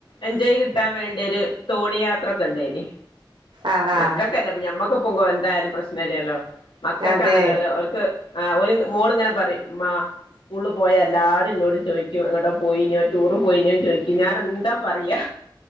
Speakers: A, on the left; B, on the right.
A: എൻജോയ് കിട്ടാൻ വേണ്ടി ഒരു തോണി യാത്രക്കെണ്ടായിനി
B: ആഹ് ആഹ്
A: മക്കക്കെല്ലപ്പം ഞമ്മക്ക്പ്പം കൊ എന്തായാലും പ്രശ്നല്ലല്ലോ മക്കക്കാണല്ലോലോ
B: അതെ
A: ഓല്ക്ക് ആഹ് ഓര് മോളിങ്ങനെ പറയും ഉമ്മാ സ്കൂളില് പോയ എല്ലാരും ഇന്നോട് ചോയിക്കും എങ്ങടോ പോയിനിയോ ചോ ടൂറ് പോയിനിയോന്ന് ചോയിക്കും ഞാനെന്താ പറയാ